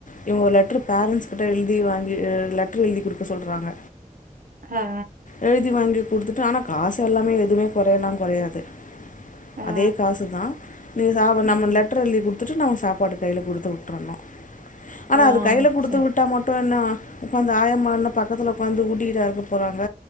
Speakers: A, on the left; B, on the right.
A: இவுங்க ஒரு லெட்ரு பேரன்ட்ஸ் கிட்ட எழுதி வாங்கி லெட்ரு எழுதி குடுக்க சொல்றாங்க
B: அ அ
A: எழுதி வாங்கி குடுத்துட்டு ஆனா காசு எல்லாமே எதுமே கொறையலா கொறையாது
B: ஆ
A: அதே காசு தா நீ சாப் நம்ம
B: ம்
A: லெட்ரு எழுதி குடு த்துட்டு நா ஒ சாப்பாட்ட கையில குடுத்து வுட்ரனு ஆனா
B: ஓ
A: அது கைல குடுத்து
B: சரி
A: வுட் ட்டா மட்டு என்ன ஒக்காந்து ஆயாமா என்ன பக்கத்துல ஒக்காந்து ஊட்டிகிட்டா இருக்க போறாங்க